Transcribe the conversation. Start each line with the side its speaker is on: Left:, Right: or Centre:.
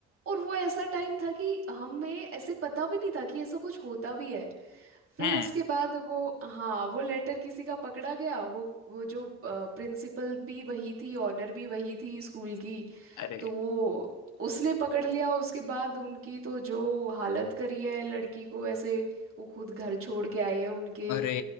Right: और वो ऐसा टाइम था कि हमें ऐसे पता भी नहीं था कि ऐसा कुछ होता भी है फिर
Left: है
Right: उसके बाद वो हाँ वो लेटर किसी का पकड़ा गया वो वो जो प्रिंसिपल भी वही थी ऑनर भी वही थी स्कूल की
Left: अरे
Right: तो वो उसने पकड़ लिया उसके बाद उनकी तो जो हालत करी है लड़की को ऐसे वो खुद घर छोड़ के आए हैं उनके
Left: अरे